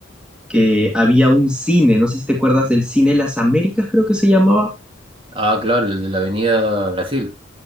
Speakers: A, in the centre; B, on the right.
A: que había un cine, no sé si te acuerdas del cine Las Américas, creo que se llamaba.
B: Ah, claro, el de la Avenida Brasil.